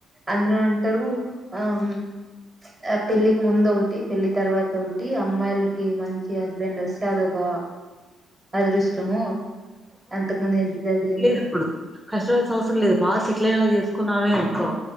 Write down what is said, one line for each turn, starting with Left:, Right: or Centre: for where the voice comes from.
Right: అందరూ అంటారు ఆ పెళ్ళికి ముందు ఒకటి పెళ్లి తర్వాత ఒకటి అమ్మాయిలకి మంచి హస్బెండ్ వస్తే అదొక అదృష్టము, అంతకు ముందు చదివిన
Centre: లేదేప్పుడు, కష్టాల్సిన అవసరం లేదు బా షేట్లైనోలు చేసుకుం నావే అనుకొ